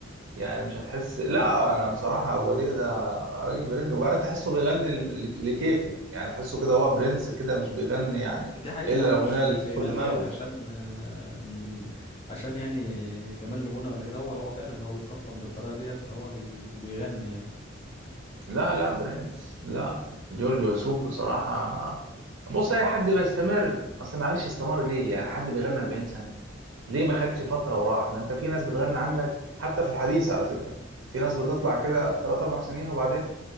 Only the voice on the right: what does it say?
يعني مش هتحس لا انا بصراحه ابو وديع ده راجل برنس وبعدين تحسه بيغني ل- لكيفه يعني تحسه كده هو برنس كده مش بيغني يعني
الا
الاغنيه
اللي تدخل
دماغه
لا لا برنس لا جورج وسوف بصراحه بص اي حد بيستمر اصل معلش استمر ليه يعني حد بيغني 40 سنه ليه ما خدش فتره وراح ما انت في ناس بتغني عندك حتى في الحديث على فكره في ناس بتطلع كده 3 4 سنين وبعدين